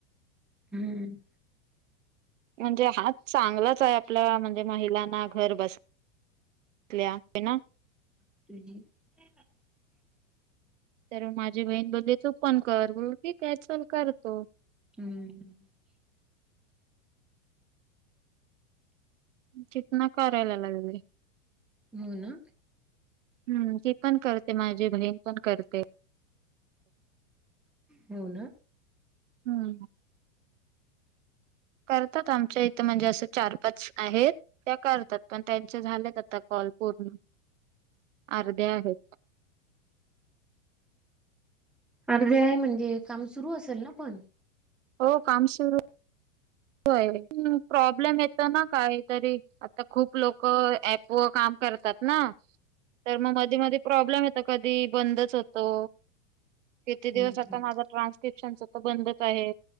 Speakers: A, in the centre; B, on the right.
A: हम्म.
B: म्हणजे हा चांगलाचाय आपल्याला म्हणजे महिलांना घर बस ल्या आय न.
A: <unintelligible>
B: तर माजी बहीन बोलली तु पन कर, बोल्लो ठीकंय चल करतो.
A: हम्म.
B: तीथना करायला लागले.
A: होना.
B: हम्म ती पण करते माझी बहीण पण करते.
A: हो ना
B: हम्म. करतात आमच्या इथं म्हणजे असं चार पाच आहेत. त्या करतात पण त्यांचे झालेत आता कॉल पूर्ण, अर्धे आहेत.
A: अर्धे आहे म्हणजे काम सुरू असेल ना पण.
B: हो काम सुरू होय प्रॉब्लेम येत ना काईतरी आता खूप लोकं ऍपव काम करतात ना. तर म मधी मध्ये प्रॉब्लेम येतो कधी बंदच होतो. किती
A: हम्म.
B: दिवस आता माझा ट्रान्स्क्रिप्शनचं त बंदच आहे.